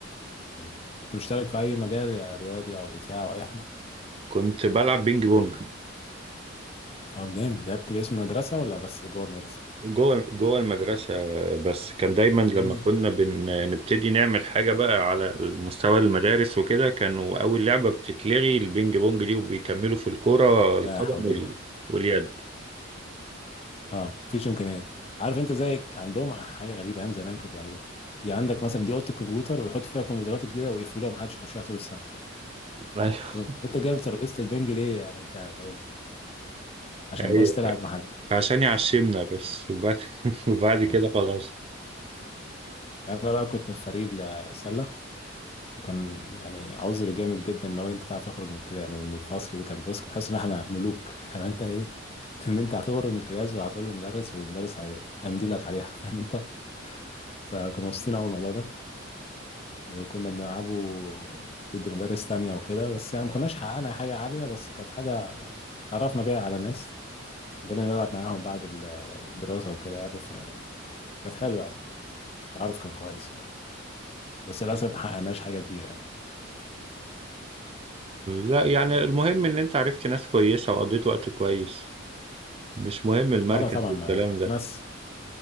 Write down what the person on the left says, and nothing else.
مم. كنت مشترك في اي مجال يا رياضي او اذاعه او اي حاجه
اه جامد لعبت باسم المدرسه ولا بس جوه المدرسه
طب
جميل
لا حول
الله
اه مفيش امكانيات عارف انت زيك عندهم حاجه غريبه ايام زمان كانوا بيعملوها يعني عندك مثلا دي اوضه الكمبيوتر ويحط فيها كمبيوترات الجديده ويقفلوها محدش يخشها طول السنه
طب انت جايب ترابيزه البنج ليه يعني انت عشان
بس تلعب محل
اه
يعني انا بقى كنت في فريق السله وكان يعني عذر جامد جدا ان هو انت تعرف تخرج من الكلا- من من الفصل دي كان بص كنت حاسس ان احنا ملوك <laughs> لو انت ايه ان انت هتخرج من الكلاس وهتقول للمدرس والمدرس هي- هيمضي لك عليها <laughs> فاهم انت فكانوا مبسوطين قوي الموضوع ده وكنا بنلعبه ضد مدارس تانية وكده بس يعني ما كناش حققنا حاجة عالية بس كانت حاجة تعرفنا بيها على ناس بقينا نلعب معاهم بعد الدراسة وكده يعني فكانت حلوة يعني التعرف كان كويس يعني بس للأسف ما حققناش حاجة كبيرة يعني
اه لا طبعا
ما في ناس